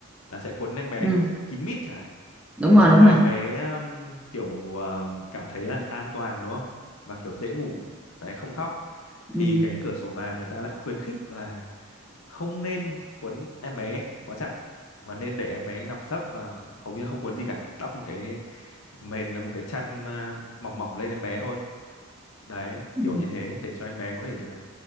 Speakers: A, on the left; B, in the centre.
A: là sẽ cuốn em bé
B: ừ,
A: kiểu kín mít chẳng hạn
B: đúng
A: để
B: rồi
A: cho
B: đúng
A: em
B: rồi
A: bé um, kiểu um, cảm thấy là an toàn đúng không và kiểu dễ ngủ đấy không khóc thì
B: ừ,
A: cái cửa sổ vàng người ta lại khuyến khích là không nên cuốn em bé quá chặt và nên để em bé nằm sấp và hầu như không cuốn gì cả đắp một cái mền một cái chăn à, mỏng mỏng lên em bé thôi đấy
B: ừ,
A: kiểu như thế để cho em bé có thể là